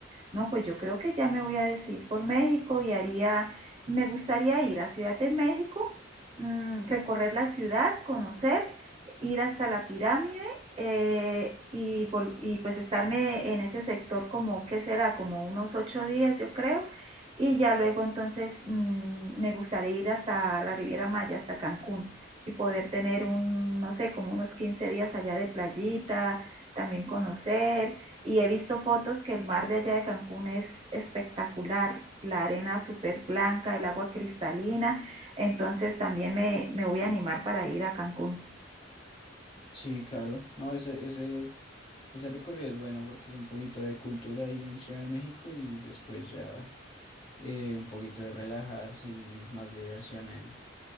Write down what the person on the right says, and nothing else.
no, pues yo creo que ya me voy a decidir por México y haría, me gustaría ir a Ciudad de México, mm, recorrer la ciudad, conocer, ir hasta la pirámide eh, y, vol- y pues estarme en ese sector como, ¿qué será? Como unos ocho días, yo creo. Y ya luego entonces mm, me gustaría ir hasta la Riviera Maya, hasta Cancún, y poder tener un, no sé, como unos 15 días allá de playita, también conocer. Y he visto fotos que el mar de allá de Cancún es espectacular, la arena súper blanca, el agua cristalina. Entonces también me, me voy a animar para ir a Cancún.